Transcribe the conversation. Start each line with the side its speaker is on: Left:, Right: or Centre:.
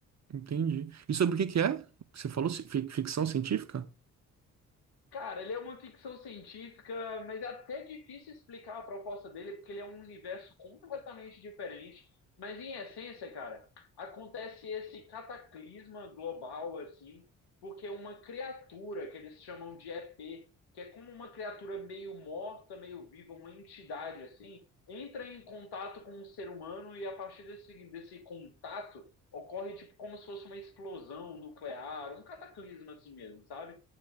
Right: Entendi. E sobre o que que é? Você falou ci- fi- ficção científica?
Left: Cara, ele é uma ficção científica, mas é até difícil explicar a proposta dele, porque ele é um universo completamente diferente. Mas em essência, cara, acontece esse cataclisma global, assim, porque uma criatura que eles chamam de EP, que é como uma criatura meio morta, meio viva, uma entidade, assim, entra em contato com um ser humano e a partir desse, desse contato ocorre tipo como se fosse uma explosão nuclear, um cataclisma assim mesmo, sabe?